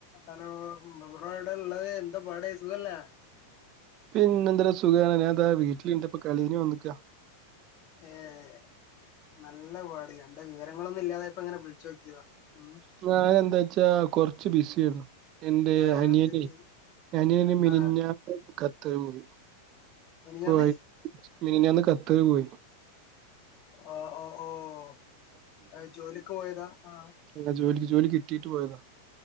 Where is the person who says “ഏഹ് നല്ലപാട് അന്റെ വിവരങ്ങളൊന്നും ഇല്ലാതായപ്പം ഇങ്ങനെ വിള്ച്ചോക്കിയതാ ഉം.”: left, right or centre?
Left